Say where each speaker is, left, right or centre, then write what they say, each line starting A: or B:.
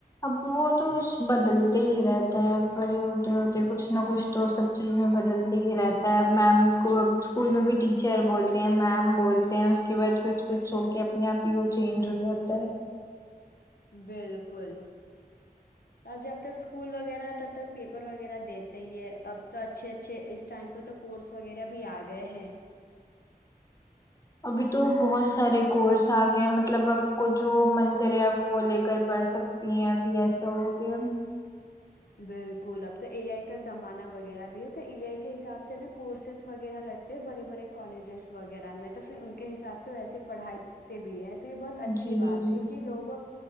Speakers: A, on the left (about 20°); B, on the left (about 75°).
A: اب وہ تو بدلتے ہی رہتا ہے ا بڑے ہوتے ہوتے کچھ نہ کچھ تو سب چیز میں بدلتے ہی رہتا ہے میم کو اب اسکول میں بھی ٹیچر بولتے ہیں میم بولتے ہیں اس کے بعد کچھ کچھ س کے اپنے آپ ہی وہ چینج ہو جاتا ہے
B: بالکل اب جب تک اسکول وغیرہ تب تک پیپر وغیرہ دیتے ہے اب تو اچھے اچھے اس ٹائم پہ تو کورس وغیرہ بھی آ گئے ہیں
A: ابھی تو بہت سارے کورس آ گئے ہیں مطلب آپ کو جو من کرے آپ وہ لے کر پڑھ سکتی ہیں ابھی ایسا ہو گیا
B: بالکل اب تو اے آئی کا زمانہ وغیرہ بھی ہے تو اے آئی کے حساب سے بھی کورسز وغیرہ رکھتے بڑے بڑے کالجز وغیرہ میں تو پھر ان کے حساب سے ویس پڑھائی بھی ہے تو یہ بہت اچھی
A: جی
B: بات
A: جی
B: ہے کہ لوگ